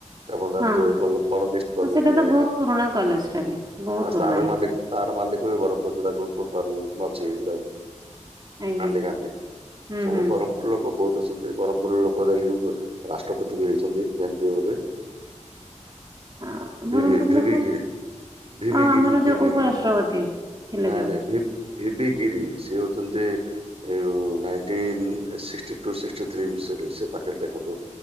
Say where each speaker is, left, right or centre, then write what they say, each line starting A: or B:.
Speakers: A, on the right; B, on the right.
A: ଆପଣ ଜାଣିଥିବେ
B: ହଁ
A: ଭଲ ବଡ ମିଷ୍ କଲେ
B: ହଁ ସେଇଟା
A: ମାନେ
B: ତ ବହୁତ ପୁରୁଣା କଲେଜ ଟା ବି ବହୁତ
A: ଆଉ
B: ପୁରୁଣା
A: ତାର
B: ହେଇ
A: ମାଲିକ ତାର ମାଲିକ ବି ବ୍ରହ୍ମପୁର ଯୋଉଟା ଗୁଣପୁରଲ ଅଛି ଏଇଟା।
B: ଆଜ୍ଞା
A: ଗାନ୍ଧୀ ଗାନ୍ଧୀ
B: ହୁଁ
A: ସବୁ
B: ହୁଁ
A: ବ୍ରହ୍ମପୁର ଲୋକ ବହୁତ ଛନ୍ତି ବ୍ରହ୍ମପୁରର ଲୋକ ଯାଇକି ରାଷ୍ଟ୍ରପତି ବି ହେଇଛନ୍ତି ଯାଣିଥିବେ ବୋଧେ।
B: <inaudible> ବ୍ରହ୍ମପୁର
A: ଭିବି ଭିବଗିରି
B: ଲୋକ
A: ଭିିବଗିରି
B: ଆଉ ଆମର
A: ଭିବଗିରି
B: ଯୋଉ ଉପରାଷ୍ଟ୍ରପତି ଥିଲେ
A: ନାଇଁ
B: ଯୋଉ
A: ନାଇଁ ଭି ଭିବି ଗିରି ସେ ହଉଛନ୍ତି ଏ ଯୋଉ ନାଇଣ୍ଚିନ ସିକ୍ସିଟୁ ସିକ୍ସିଟିଥ୍ରୀ ସେଇ ପାଖରେ ଦେଖନ୍ତୁ?